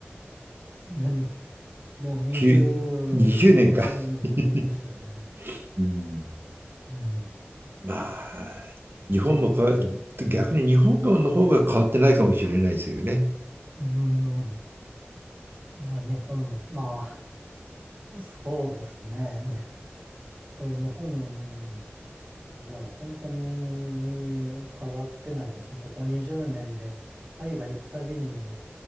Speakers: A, on the right; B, on the right.
A: いや、もう20数年ですよね。
B: にじゅ20年か、<laughs> うん。
A: うん。
B: <laughs> まあ、日本もか、逆に日本の方が変わってないかもしれないですよね。
A: うん。まあ日本も、まあ、<laughs> そうですね。えー日本、いや、本当に変わってないですね。ここ20年で海外行くたびに